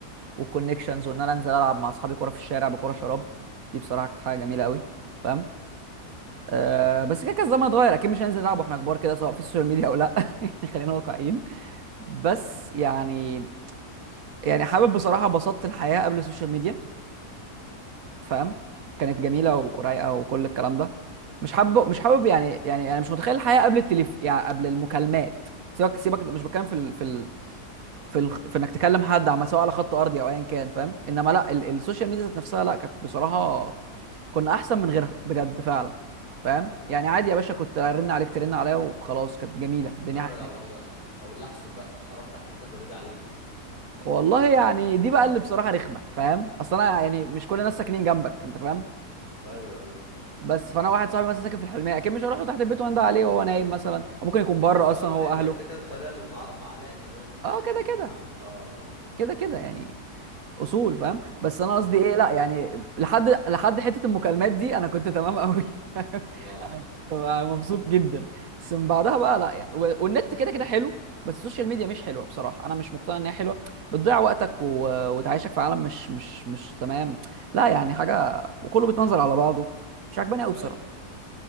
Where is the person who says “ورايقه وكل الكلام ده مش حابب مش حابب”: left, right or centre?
Right